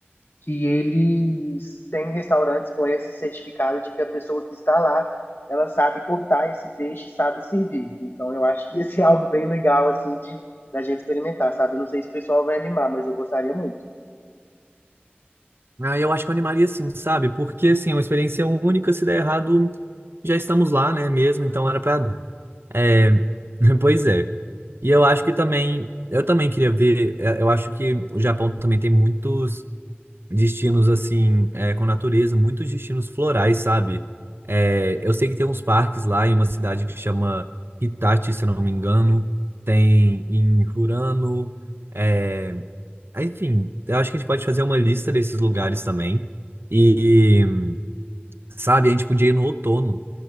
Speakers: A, on the left; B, on the right.
A: que eles têm restaurantes com esse certificado de que a pessoa que está lá, ela sabe cortar esse peixe, sabe servir. Então eu acho que esse é <laughs> algo bem legal assim de da gente experimentar, sabe? Eu não sei se o pessoal vai animar, mas eu gostaria muito.
B: Ah, eu acho que eu animaria sim, sabe? Porque, assim, é uma experiência única, se der errado, já estamos lá, né, mesmo, então era pra dar. É, <laughs> pois é. E eu acho que também, eu também queria ver, é, eu acho que o Japão também tem muitos destinos assim, é, com natureza, muitos destinos florais, sabe? É, eu sei que tem uns parques lá em uma cidade que chama Hitachi, se eu não me engano, tem em Hurano, é, enfim, eu acho que a gente pode fazer uma lista desses lugares também. E, sabe, a gente podia ir no outono